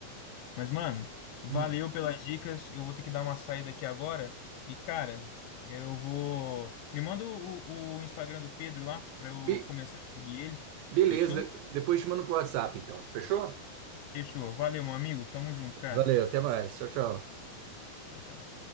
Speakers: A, on the left; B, on the right.
A: Mas, mano, valeu
B: Hum.
A: pelas dicas. Eu vou ter que dar uma saída aqui agora. E, cara, eu vou. Me manda o, o Instagram do Pedro lá pra eu
B: Be-
A: começar a seguir ele.
B: beleza,
A: Fechou?
B: de- depois te mando pro WhatsApp, então. Fechou?
A: Fechou. Valeu, meu amigo. Tamo junto, cara.
B: Valeu, até mais. Tchau, tchau.
A: Tchau, tchau.